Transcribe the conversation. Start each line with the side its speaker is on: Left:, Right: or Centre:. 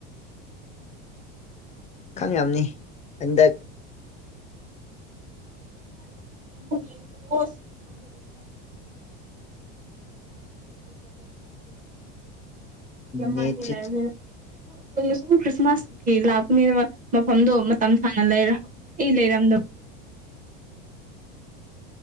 Left: ꯈꯪꯉꯝꯅꯤ ꯍꯟꯗꯛ
Right: ꯌꯦ ꯑꯣꯏ ꯌꯥꯝꯃꯥꯅꯤꯂꯩꯕꯅꯤꯅ
Left: ꯅꯦꯠꯁꯤ
Right: ꯁꯣꯝꯗ ꯁꯨꯝ ꯈ꯭ꯔꯤꯁꯃꯥꯁꯀꯤ ꯂꯥꯛꯄꯅꯤꯅꯕ ꯃꯐꯝꯗꯣ ꯃꯇꯝ ꯁꯥꯡꯅ ꯂꯩꯔ ꯏ ꯂꯩꯔꯝꯗ ꯌꯥꯒꯅꯤ